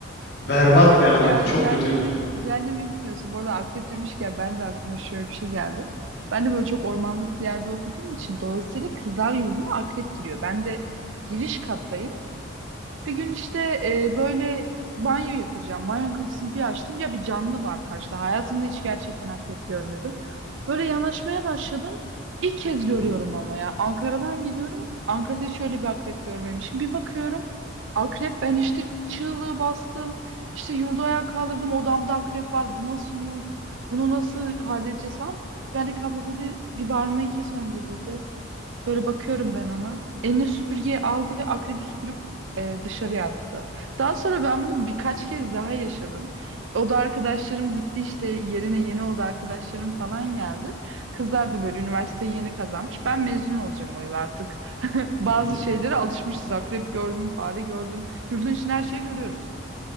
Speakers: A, on the left; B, on the right.
A: Berbat
B: Yok
A: bir anıydı
B: ya
A: çok
B: cehenneme,
A: kötüydü.
B: cehenneme gitmiyorsun. Bu arada akrep demişken ben de aklıma şöyle bir şey geldi. Ben de böyle çok ormanlık bir yerde okuduğum için dolayısıyla kızlar yurduna akrep giriyor. Ben de giriş kattayım. Bir gün işte e, böyle banyo yapacağım. Banyo kapısını bir açtım. Ya bir canlı var karşıda. Hayatımda hiç gerçekten akrep görmedim. Böyle yanaşmaya başladım. İlk kez
A: Hı
B: görüyorum
A: hı.
B: ama ya. Ankara'dan geliyorum. Ankara'da hiç öyle bir akrep görmemişim. Bir bakıyorum. Akrep ben işte çığlığı bastım. İşte yurdu ayağa kaldırdım. Odamda akrep var. Bu nasıl yurt? Bunu nasıl halledeceğiz falan. Yani abla dedi bir bağırmayı kes önce dedi. Böyle bakıyorum ben ona. Eline süpürgeyi aldı ve akrebi süpürüp e, dışarıya attı. Daha sonra ben bunu birkaç kez daha yaşadım. Oda arkadaşlarım gitti işte yerine yeni oda arkadaşlarım falan geldi. Kızlar da böyle üniversiteyi yeni kazanmış. Ben mezun olacağım o yıl artık. <laughs> Bazı
A: Hı hı.
B: şeylere alışmışız. Akrep gördüm, fare gördüm. Yurdun için her şeyi görüyoruz.